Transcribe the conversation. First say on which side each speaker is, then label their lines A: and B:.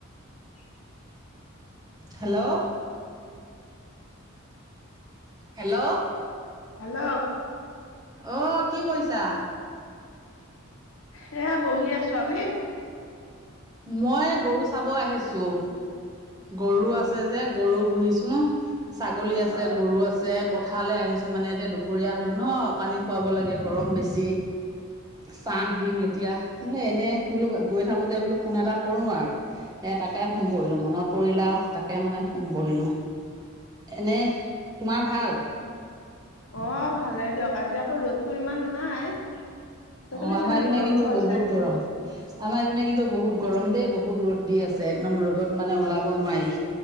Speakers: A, on the left; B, on the right.
A: <inaudible>
B: Hello. Hello.
A: Hello.
B: আহ কি কইছা?
A: হেয়া বহি আছো আপুনি?
B: মই গৰু চাব আহিছো গৰু
A: অ
B: আছে যে গৰু পুহিছো ছাগলী আছে,
A: অ
B: গৰু আছে পথাৰলৈ আহিছো মানে এতিয়া দুপৰীয়া হ'ল ন পানী খোৱাব লাগে গৰম বেছি। চাঁত দিম এতিয়া মানে এনে বোলো গৈ থাকোতে বোলো ফোন এটা কৰো আৰু এ তাকে ফোন কৰিলো মনত পৰিলে তাকে মানে ফোন কৰিলো। এনে তোমাৰ ভাল
A: অ', ভালেই দিয়ক আজি আকৌ ৰ'দটো ইমান নাই। তথাপি
B: অ', আমাৰ
A: মানে
B: পিনে
A: গৰমটো
B: কিন্তু বহুত
A: আছে
B: গৰম আমাৰ পিনে কিন্তু বহুত গৰম দেই বহুত ৰ'দ দি আছে, একদম ৰ'দত মানে ওলাব নোৱাৰি।